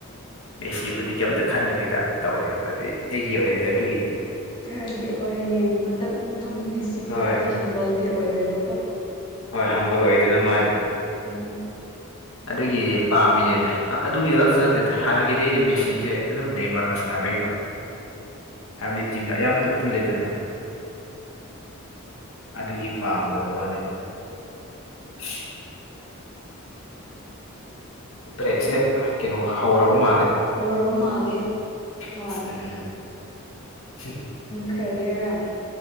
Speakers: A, on the left; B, on the left.
A: ꯃꯦꯁꯤꯕꯨꯗꯤ ꯀꯩꯝꯇ ꯈꯟꯗꯕꯒꯤ ꯇꯥꯏꯞꯇ ꯇꯧꯋꯦꯕ ꯑꯗꯩ ꯑꯩꯒꯤ ꯑꯣꯏꯅꯗꯤ ꯑꯗꯨꯒꯤ
B: ꯈꯔꯗꯤ ꯍꯣꯏ ꯌꯦꯡꯕꯗ ꯑꯗꯨꯝ ꯃꯦꯠꯁꯤꯗꯤ
A: ꯍꯣꯏ
B: ꯈꯔꯗꯤ ꯍꯝꯕꯜꯗꯤ ꯑꯣꯏꯔꯦꯕꯀꯣ
A: ꯍꯣꯏ ꯍꯝꯕꯜ ꯂꯣꯏꯗꯅ ꯃꯥꯗꯤ
B: ꯎꯝ
A: ꯑꯗꯨꯒꯤ ꯄꯥꯝꯃꯤꯅꯦꯗ ꯑꯗꯨꯒꯤꯗ ꯈꯁꯨ ꯅꯠꯇꯦꯗ ꯍꯥꯟꯅꯗꯒꯤ ꯑꯩꯗꯤ ꯃꯦꯁꯤꯁꯦ ꯑꯗꯨꯝ ꯅꯦꯃꯔꯒ ꯁꯥꯟꯅꯕꯩꯀꯣ
B: <inaudible>
A: ꯍꯥꯏꯕꯗꯤ ꯇꯤꯝꯗ ꯑꯌꯥꯝꯕꯗ ꯄꯨꯜꯂꯦꯗꯅ ꯑꯗꯨꯒꯤ ꯄꯥꯝꯖꯕ ꯋꯥꯅꯦꯗ <unintelligible> ꯕ꯭ꯔꯦꯛꯁꯦ ꯀꯩꯅꯣ ꯍꯧꯔꯕ ꯃꯥꯜꯂꯦ
B: ꯍꯧꯔꯕ ꯃꯥꯜꯂꯦ ꯍꯣꯏ
A: <unintelligible>
B: ꯈꯒꯦꯔ